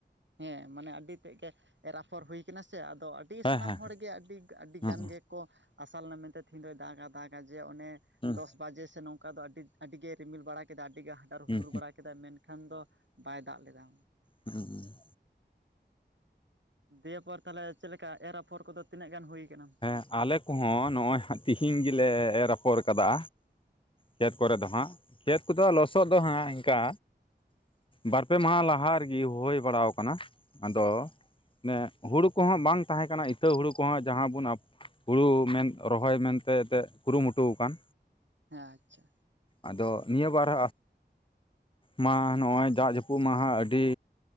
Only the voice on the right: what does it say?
ᱦᱮᱸ ᱢᱟᱱᱮ ᱟᱹᱰᱤ ᱛᱮᱫ ᱜᱮ ᱮᱨᱟᱯᱷᱚᱨ ᱦᱩᱭ ᱠᱟᱱᱟ ᱥᱮ ᱟᱫᱚ ᱟᱹᱰᱤ
ᱥᱟᱱᱟᱢ
ᱦᱚᱲᱜᱮ ᱟᱹᱰᱤ ᱟᱹᱰᱤ
ᱜᱟᱱ ᱜᱮ ᱠᱚ ᱟᱥᱟ ᱞᱮᱱᱟ ᱢᱮᱱᱛᱮ ᱛᱤᱦᱤᱧ ᱫᱚᱭ ᱫᱟᱜᱟ ᱫᱟᱜᱟ ᱡᱮ ᱚᱱᱮ
ᱫᱚᱥ ᱵᱟᱡᱮ ᱥᱮ ᱱᱚᱝᱠᱟ ᱫᱚ ᱟᱹᱰᱤ ᱟᱹᱰᱤ ᱜᱮᱭ ᱨᱤᱢᱤᱞ ᱵᱟᱲᱟ ᱠᱮᱫᱟ, ᱟᱹᱰᱤ ᱜᱮ ᱦᱟᱰᱟᱨ
ᱦᱩᱰᱩᱨ ᱵᱟᱲᱟ ᱠᱮᱫᱟ, ᱢᱮᱱᱠᱷᱟᱱ ᱫᱚ ᱵᱟᱭ ᱫᱟᱜ ᱞᱮᱫᱟ᱾
ᱫᱤᱭᱮ ᱯᱚᱨ ᱛᱟᱦᱚᱞᱮ ᱪᱮᱫ ᱞᱮᱠᱟ ᱮᱨ ᱟᱯᱷᱚᱨ ᱠᱚᱫᱚ ᱛᱤᱱᱟᱹᱜ ᱜᱟᱱ ᱦᱩᱭ ᱟᱠᱟᱱᱟ?
ᱦᱮᱸ ᱟᱪᱪᱷᱟ᱾